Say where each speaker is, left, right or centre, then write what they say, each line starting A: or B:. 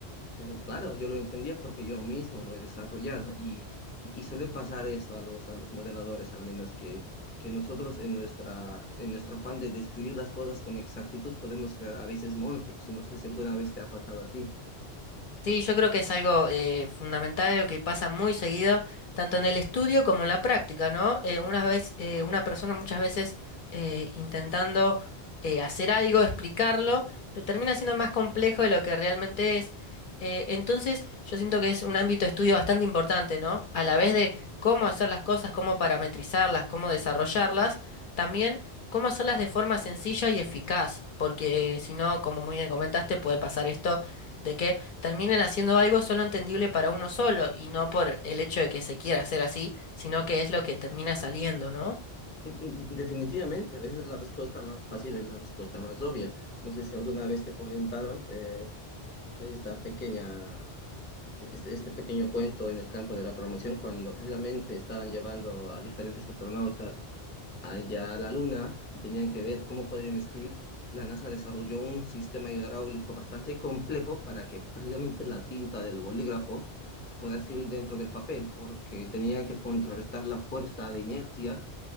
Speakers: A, on the left; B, on the left.
A: Pero claro, yo lo entendía porque yo mismo lo he desarrollado y, y, y suele pasar esto a los, a los modeladores, al menos que, que nosotros en nuestra, en nuestro afán de describir las cosas con exactitud podemos crear a veces monstruos y no sé si alguna vez te ha pasado a ti.
B: Sí, yo creo que es algo eh, fundamental, algo que pasa muy seguido, tanto en el estudio como en la práctica, ¿no? Eh, una vez, eh, una persona muchas veces eh, intentando eh, hacer algo, explicarlo, lo termina siendo más complejo de lo que realmente es. Eh, entonces, yo siento que es un ámbito de estudio bastante importante, ¿no? A la vez de cómo hacer las cosas, cómo parametrizarlas, cómo desarrollarlas, también cómo hacerlas de forma sencilla y eficaz, porque si no, como muy bien comentaste, puede pasar esto de que terminen haciendo algo solo entendible para uno solo y no por el hecho de que se quiera hacer así, sino que es lo que termina saliendo, ¿no?
A: Mm, mm, Definitivamente, a veces la respuesta más fácil es la respuesta más obvia. No sé si alguna vez te comentaron eh, esta pequeña, este, este pequeño cuento en el campo de la programación cuando precisamente estaban llevando a diferentes astronautas allá a la Luna y tenían que ver cómo podrían describir, la NASA desarrolló un sistema hidráulico bastante complejo para que precisamente la tinta del bolígrafo pueda escribir dentro del papel, porque tenían que contrarrestar la fuerza de inercia,